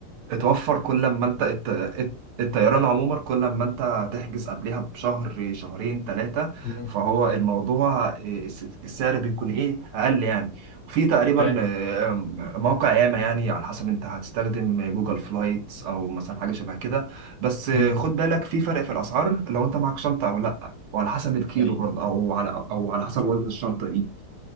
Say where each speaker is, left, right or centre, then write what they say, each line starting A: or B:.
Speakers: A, on the right; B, on the left.
A: اتوفر كل ما انت الت... الت- الطيران عموما كل ما انت تحجز قبلها بشهر شهرين ثلاثة
B: امم
A: فهو الموضوع إيه، الس- السعر بيكون ايه اقل يعني في تقريبا
B: فاهم
A: آه، موقع ياما يعني على حسب انت هتستخدم جوجل فلايتس او مثلا حاجة شبه كده بس آه،
B: امم
A: خد بالك في فرق في الاسعار لو انت معك شنطة او لا وعلى حسب الكيلو
B: طيب.
A: برضه او على او على حسب وزن الشنطة دي